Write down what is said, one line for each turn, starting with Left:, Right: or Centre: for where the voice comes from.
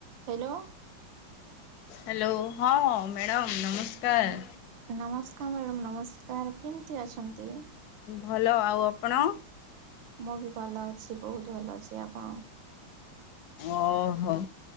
Right: Hello.
Left: Hello ହଁ madam ନମସ୍କାର।
Right: ନମସ୍କାର ମ୍ୟାଡ଼ମ୍ ନମସ୍କାର କେମିତି ଅଛନ୍ତି?
Left: ଭଲ ଆଉ ଆପଣ?
Right: ମୁଁ ବି ଭଲ ଅଛି ବହୁତ ଭଲ ଅଛି ଆପଣ
Left: ଓହୋ।